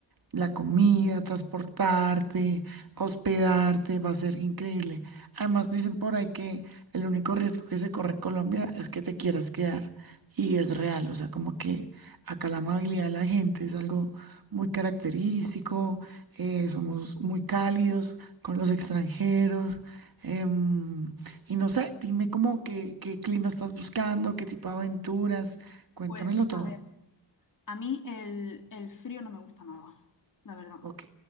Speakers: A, on the right; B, on the left.
A: La comida,
B: Ujú.
A: transportarte, hospedarte, va a ser increíble. Además, dicen por ahí que el único riesgo que se corre en Colombia es que te quieras quedar. Y es real, o sea, como que acá la amabilidad de la gente es algo muy característico, eh, somos muy cálidos con los extranjeros. em, y no sé, dime cómo qué, qué clima estás buscando,
B: Sí.
A: qué tipo de aventuras, cuéntamelo
B: Pues
A: todo.
B: a ver, a mí el, el frío no me gusta nada, la verdad.
A: Ok,